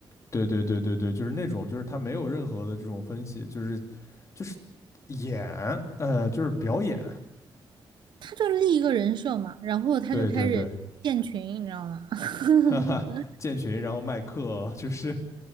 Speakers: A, on the left (about 35°); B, on the right (about 65°).
A: 对对对对对，就是那种就是他没有任何的这种分析，就是就是演，呃，就是表演。
B: 他就立一个人设嘛，然后他就开始建群，
A: 对对对，
B: 你知道吗？<laughs>
A: <laughs> 哈哈，建群然后卖课，<laughs> 就是，